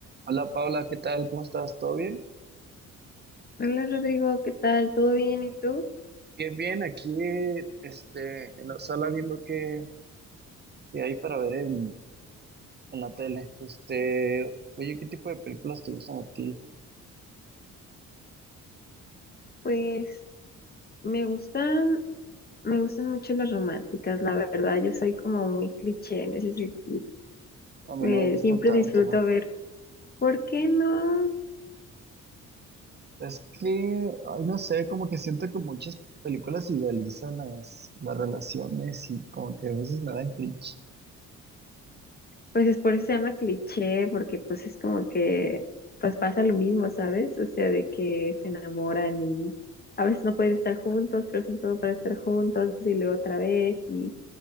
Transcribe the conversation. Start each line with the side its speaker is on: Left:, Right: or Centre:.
Right: Hola Paula, ¿qué tal? ¿Cómo estás? ¿Todo bien?
Left: Hola Rodrigo, ¿qué tal? ¿Todo bien? ¿Y tú?
Right: Bien, bien, aquí eh, este, en la sala viendo qué, qué hay para ver en, en la tele. Este, oye, ¿qué tipo de películas te gustan a ti?
Left: Pues me gustan, me gustan mucho las románticas, la verdad. Yo soy como muy cliché en ese sentido.
Right: A mí
Left: Eh,
Right: no me gustan
Left: siempre
Right: tanto.
Left: disfruto ver, ¿por qué no?
Right: Es que, ay, no sé, como que siento que muchas películas idealizan las, las relaciones y como que a veces me dan cringe.
Left: Pues es por eso se llama cliché, porque pues es como que pues pasa lo mismo, ¿sabes? O sea, de que se enamoran y a veces no pueden estar juntos, pero hacen todo para estar juntos y luego otra vez y